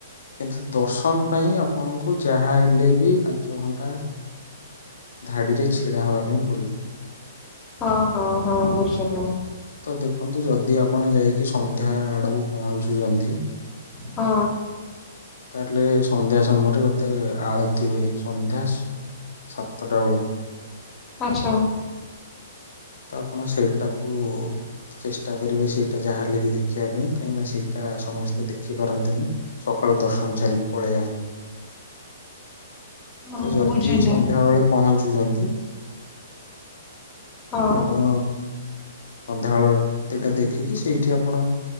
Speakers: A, on the left; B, on the left.
A: କିନ୍ତୁ ଦର୍ଶନ ପାଇଁ ଆପଣଙ୍କୁ ଯାହା ହେଲେ ବି ପାଞ୍ଚ ଘଣ୍ଟା ଧାଡିରେ ଛିଡା ହବା ପାଇଁପ
B: ହଁ ହଁ ହଁ ବୁଝିଲି।
A: ତ ଦେଖନ୍ତୁ ଯଦି ଆପଣ ଯାଇକି ସନ୍ଧ୍ୟା ଆଡକୁ ପହଞ୍ଚୁଚନ୍ତି
B: ହଁ
A: ତାହଲେ ସନ୍ଧ୍ୟା ସୁ ତମର ବୋତେ ଆଳତିହୁଏ ସନ୍ଧ୍ୟା ସ ସାତଟା ବଳୁ।
B: ଆଚ୍ଛା।
A: ତ ଆପଣ ସେଟାକୁ ଚେଷ୍ଟା କରିବେ ସେଇଟା ଯାହାଲେ ବି ଦେଖିବା ପାଇଁ। କାହିଁକି ନା ସେଇଟା ସମସ୍ତେ ଦେଖି ପାରନ୍ତିନି ସକାଳୁ ଦର୍ଶନ ସାରିକି ପଳେଇ ଆସନ୍ତି।
B: ହଁ
A: ତ ଯଦି
B: ବୁଝିଲି
A: ସନ୍ଧ୍ୟାବଳେ ପହଞ୍ଚୁଚନ୍ତି
B: ହଁ
A: ଆପଣ। ଆଳତି ଟା ଦେଖିକି ସେଇଠି ଆପଣ